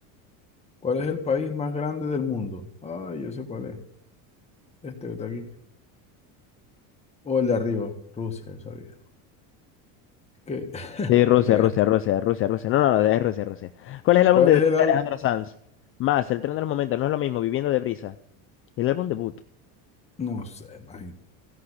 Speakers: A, on the left (about 15°); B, on the left (about 35°).
A: ¿Cuál es el país más grande del mundo? Ah, yo sé cuál es. Este que está aquí. O el de arriba, Rusia, yo sabía. ¿Qué? <laughs>
B: Sí, Rusia,
A: La pegaste.
B: Rusia, Rusia, Rusia, Rusia. No, no, no, es Rusia, Rusia. ¿Cuál es el álbum
A: ¿Cuál
B: de debut
A: es el
B: de
A: álbum?
B: Alejandro Sanz? Más, El tren de los momentos, no es lo mismo, Viviendo de brisa. El álbum debut,
A: No sé, imagino.